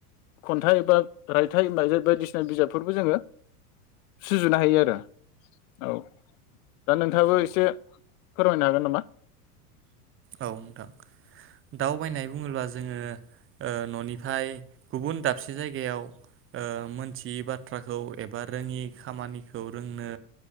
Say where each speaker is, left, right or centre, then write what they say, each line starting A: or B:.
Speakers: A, on the left (about 65°); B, on the right (about 30°).
A: खन्थाइ एबा रायथाइ मेथाइ माइ बायदिसिना बिजाबफोरबो जोङो सुजुनो हायो आरो औ दा नोंथाङाबो एसे फोरमायनो हागोन नामा?
B: औ नोंथां दावबायनाय बुङोब्ला जोङो ननिफ्राय गुबुन दाबसे जायगायाव ओ मोनथियै बाथ्राखौ एबा रोङि खामानिखौ रोंनो